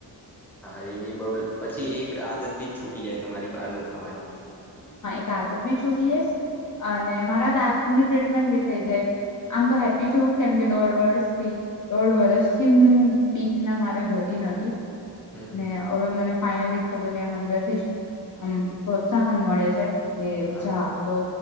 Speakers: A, in the centre; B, on the left.
A: હા એ બી બઉુ પછી એક આદત બીજ છૂટી જાય તમારી બહાર ન ખાવાની
B: આાદત બી છૂટી જાય અને મારા દાતની ટ્રીટમેન્ટ બી થઈ જાય આમ તો હેપી છું કેમકે દોઢ વર્સથી દોઢ વર્ષથી હું બીચ ના મારે જોતી નતી
A: હમ
B: ને હવે મને ફાઈનલી ખબર ને આમ અંદર થી જ આમ ત્સાહન મળે છે કે
A: હમ હા
B: જાા
A: હા
B: તો